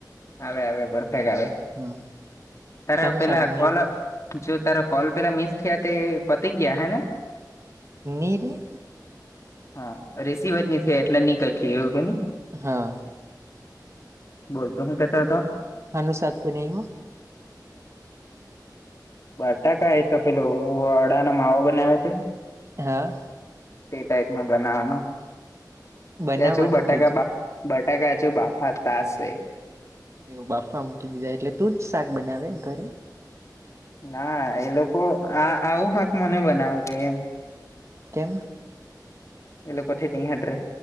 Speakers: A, on the left (about 40°); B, on the right (about 40°).
A: આવે આવે બરફેક આવે
B: હા
A: ત્યારે
B: શાનું
A: પેલા
B: શાક બનાવ્યું
A: કોલ જો તારા કોલ પેલા મિસ થયા તે પતિ ગયા હેને.
B: નીરી
A: હા ઇસી વજહ સે એટલે ની કાય કીલીયર એવું ને.
B: હા.
A: બોલતો હું કેત તા.
B: શાનુ શાક બનાયુ.
A: બટાકા એતો કે પેલો વડાનો માવો બનાવા તે.
B: હા.
A: તે ટાઈપ નો બનાવાનો
B: બનાવવાનો
A: ત્યાં છું બટાકા
B: કેજુ
A: બટાકા હજુ બફાતા હશે.
B: એવું બાફવા મૂકી દીધા એટલે તું જ શાક બનાવે ઘરે.
A: ના એ લોકો આ આવું હાક મને બનાવા ક એમ.
B: કેમ.
A: એ લોકો થી નહી હતરે